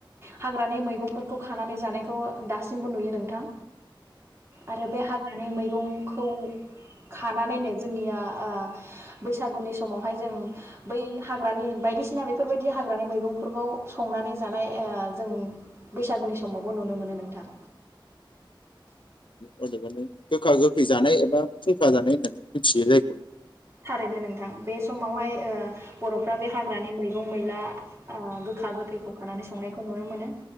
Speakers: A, on the right; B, on the left.
A: हाग्रानि मैगंफोरखौ खानानै जानायखौ दासिमबो नुयो नोंथां। आरो बे हा मानि मैगंखौ खानानैनो जोंनिया ओ बैसागुनि समावहाय जों बै हाग्रानि बायदिसिना बेफोरबायदि हाग्रानि मैगंफोरखौ संनानै जानाय ओ जों बैसागोनि समावबो नुनो मोनो नोंथां।
B: औ माने गोखा गोखै जानाय एबा फुंखा जानाय होननानै मिथियो जायखौ
A: थारैनो नोंथां बे समावहाय ओ बर'फ्रा बे हाग्रानि मैगं मैला गोखा गोखैखौ खानानै संनायखौ नुनो मोनो